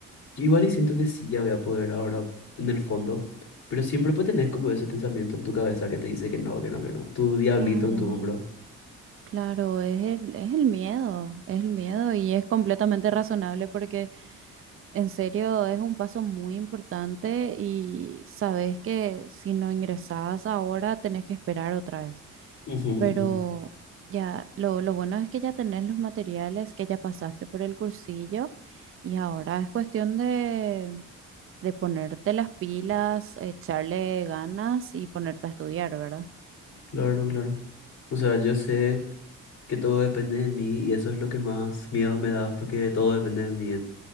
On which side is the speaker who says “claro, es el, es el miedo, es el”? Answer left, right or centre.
Right